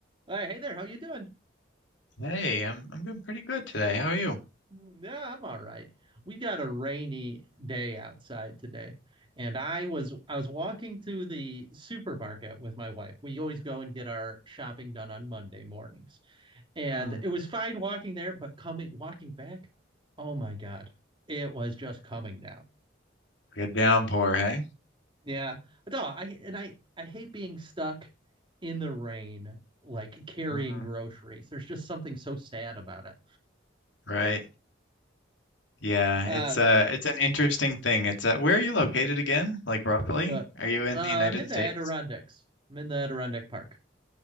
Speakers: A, on the right; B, on the left.
A: Hey, hey there, how you doing?
B: Hey, I'm I'm doing pretty good today. How are you?
A: Yeah, I'm all right. We got a rainy day outside today, and I was I was walking to the supermarket with my wife. We always go and get our shopping done on Monday mornings. And
B: Mm,
A: it was fine walking there, but coming walking back, oh my God, it was just coming down.
B: good downpour, hey?
A: Yeah. No, I and I I hate being stuck in the rain, like carrying
B: Mm,
A: groceries. There's just something so sad about it.
B: right. Yeah,
A: Uh
B: it's uh it's an interesting thing. It's uh where are you located again? Like roughly?
A: Uh, uh,
B: Are you in
A: I'm
B: the United
A: in the
B: States?
A: Adirondacks. I'm in the Adirondack Park.